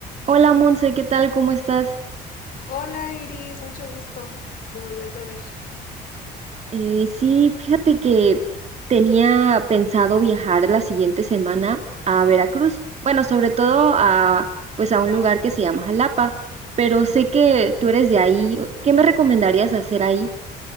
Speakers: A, on the right; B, on the left.
A: Hola Monse, ¿qué tal? ¿Cómo estás?
B: Hola Iris, mucho gusto de volverte a ver.
A: Eh, sí, fíjate que tenía pensado viajar la siguiente semana a Veracruz. Bueno, sobre todo a, pues a un lugar que se llama Jalapa, pero sé que tú eres de ahí. ¿Qué me recomendarías hacer ahí?